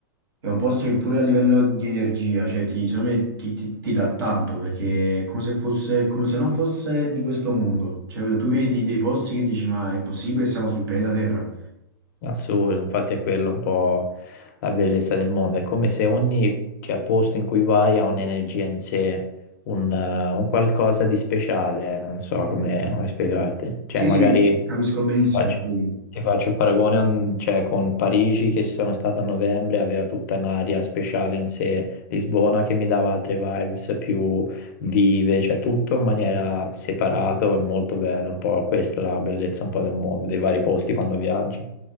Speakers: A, on the right (about 85°); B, on the left (about 50°).
A: è un posto che pure a livello di energia, cioè ti, secondo me ti, ti- ti dà tanto, perché è come se fosse, come se non fosse di questo mondo. Cioè, capito? tu vedi dei posti che dici, ma è possibile, siamo sul pianeta Terra?
B: Assurdo, infatti è quello un po' la bellezza del mondo, è come se ogni, cioè, posto in cui vai ha un'energia in sé, un, eh, un qualcosa di speciale, non so come, come spiegarti, cioè
A: Sì,
B: magari
A: sì, capisco benissimo,
B: ti faccio,
A: quindi
B: ti faccio il paragone un- cioè, con Parigi che ci sono stato a novembre, aveva tutta un'aria speciale in sé, Lisbona che mi dava altre vibes più vive, cioè tutto in maniera separato e molto bello, un po' questa è la bellezza un po' del mondo, dei vari posti quando viaggi.